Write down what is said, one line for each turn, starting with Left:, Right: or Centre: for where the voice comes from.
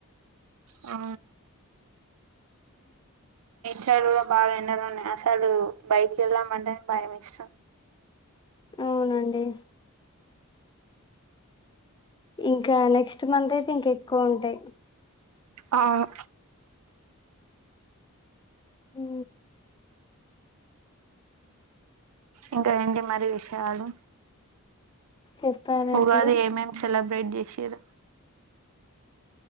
Right: ఆ ఈసారి కూడా బాగా ఎండలున్నాయి అసడు బైటికీ వెళ్దాం అంటనే భయం ఎస్తుంది
Left: అవునండి ఇంకా నెక్స్ట్ మంత్ అయితే ఇంక ఎక్కువ ఉంటాయి
Right: అవును
Left: ఉ
Right: ఇంకా ఏంటి మరి విషయాలు
Left: చెప్పాలండి
Right: ఉగాదికి ఏమేం సెల బ్రెట్ చేసిరు